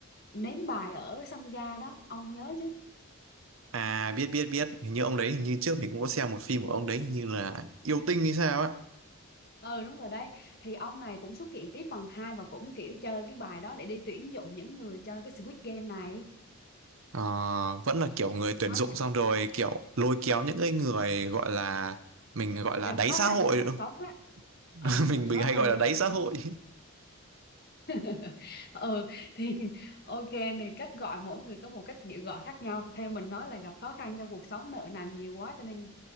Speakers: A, on the left; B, on the right.
A: ném bài ở sân ga đó ông nhớ chứ
B: à biết biết biết hình như ông đấy hình như trước mình cũng có xem một phim của ông đấy hình như là yêu tinh hay sao á
A: ừ đúng rồi đấy thì ông này cũng xuất hiện tiếp phần 2 và cũng kiểu chơi cái bài đó để đi tuyển dụng những người chơi cái Squid Game này
B: Ờ, vẫn là kiểu người tuyển
A: đó
B: dụng
A: là
B: xong rồi kiểu lôi kéo những cái người gọi là mình gọi là
A: gặp
B: đáy
A: khó
B: xã
A: khăn
B: hội
A: trong cuộc
B: <laughs> đúng
A: sống á ờ
B: không? mình
A: gặp
B: mình
A: khó
B: hay
A: khăn
B: gọi là
A: trong
B: đáy
A: cuộc
B: xã
A: sống
B: hội
A: <laughs> ừ thì ok thì cách gọi mỗi người có một cách gọi khác nhau theo mình nói là gặp khó khăn trong cuộc sống nợ nần nhiều quá cho nên